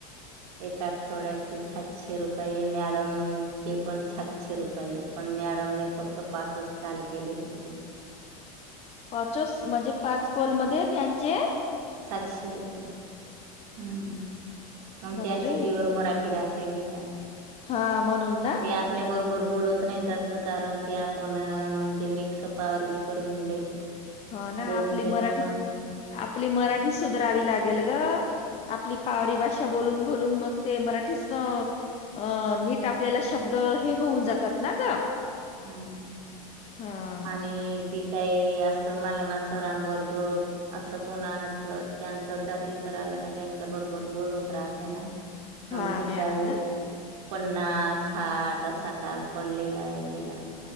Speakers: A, on the right; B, on the left.
A: एका आठवड्याचे सातशे रुपये मॅडमचे पण सातशे रुपये पण मॅडमने फक्त पाचच काल केले होती.
B: पाचस म्हणजे पाच कोलमध्ये त्यांचे
A: सातशे रुपये मग हम्म
B: बापरे
A: त्यांची प्युअर मराठी राहते की. का?
B: हा म्हणून ना.
A: आपल्याबरोबर बोलत नाहीत जास्त कारण की आपण म्हणजे मिक्स पॉवरवर करून देत
B: हा ना
A: बोलून
B: आपली
A: देतना.
B: मराठी आपली मराठी सुधारवी लागेल गआपली पावरी भाषा बोल बोलून मग ते मराठी साँग अं नीट आपल्याला शब्द हे होऊन जातात ना ग?
A: हम्म
B: हा.
A: आणि ती काय असं मलमाचरांबरोबर असं कोणाचं त्यांच जातीचं राहिलं का त्यांच्या बरोबर बोलत राहते. ना
B: <unintelligible>
A: मग तिचा
B: मॅडम ना
A: एक पन्नास साठ असा काल पडलेला आहे तिल